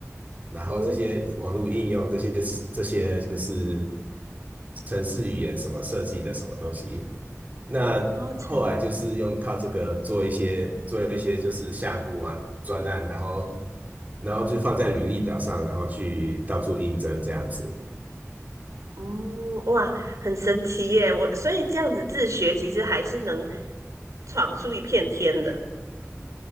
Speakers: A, on the right; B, on the right.
A: 然后这些网络应用，
B: 嗯，
A: 这些这些就是程式语言什么设计的什么东西。那后来就是用靠这个做一些做一些就是项目啊专案，
B: 哦，成
A: 然后然后就放在履历表上，然后去到处应征这样子。
B: 嗯，哇，很神奇耶！我所以这样子自学，其实还是能闯出一片天的。